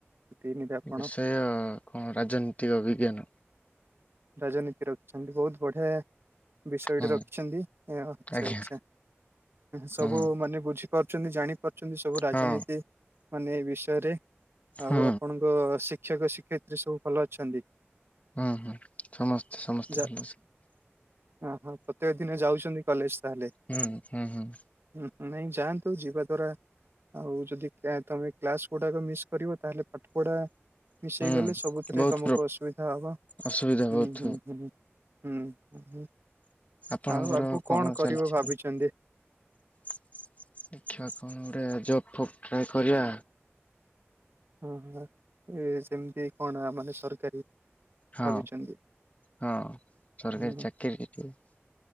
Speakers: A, on the right; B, on the left.
A: ତିନିରେ ଆପଣ
B: ବିଷୟ କଣ ରାଜନୈତିକ ବିଜ୍ଞାନ।
A: ରାଜନୀତି ରଖିଛନ୍ତି ବହୁତ ବଢ଼ିଆ। ବିଷୟଟା
B: ହୁଁ
A: ରଖିଛନ୍ତି ଆଛା
B: ଆଜ୍ଞା
A: ଆଚ୍ଛା ସବୁ
B: ହୁଁ।
A: ମାନେ ବୁଝି। ବୁଝି ପାରୁଛନ୍ତି ଜାଣି ପାରୁଛନ୍ତି ସବୁ ରାଜନୀତି
B: ହଁ
A: ମାନେ ବିଷୟରେ
B: ହୁଁ
A: ଆଉ ଆପଣଙ୍କ ତୋ ଶିକ୍ଷକ ଶିକ୍ଷୟତ୍ରୀ ସବୁ ଭଲ ଅଛନ୍ତି।
B: ହୁଁ ହୁଁ ସମସ୍ତେ ସମସ୍ତେ
A: ଯା
B: ଭଲ ଅଛନ୍ତି।
A: ଓହୋ ପ୍ରତ୍ୟେକ ଦିନ ଯାଉଛନ୍ତି କଲେଜ ତାହେଲେ।
B: ହୁଁ ହୁଁ ହୁଁ।
A: ହୁଁ ନାଇଁ ଯାଆନ୍ତୁ ଯିବା ଦ୍ଵାରା ଆଉ ଯଦି ତମେ କ୍ଲାସ ଗୁଡାକ ମିସ୍ କରିବ ତାହେଲେ ପାଠ ପଢା ମିସ୍
B: ହୁଁ
A: ହୋଇଗଲେ ସବୁଥିରେ
B: ବହୁତ
A: ତମକୁ
B: ପ୍ର
A: ଅସୁବିଧା ହବ।
B: ଅସୁବିଧା
A: ହୁଁ
B: ବହୁତ
A: ହୁଁ ହୁଁ ହୁଁ ହ ହ।
B: ଆପଣଙ୍କର
A: ଆଉ ଆଗକୁ କଣ
B: ଚାଲିଛି?
A: କରିବ ଭାବିଛନ୍ତି?
B: <inaudible> ଦେଖିବା କଣ ଗୋଟେ ଜବ ଫଫ୍ ଟ୍ରାଏ କରିବା।
A: ହଁ ହଁ ଏ ସେମିତି କଣ ମାନେ ସରକାରୀ।
B: ହଁ
A: ଭାବିଛନ୍ତି?
B: ହଁ ସରକାରୀ
A: ହୁଁ
B: ଚାକିରି। <unintelligible>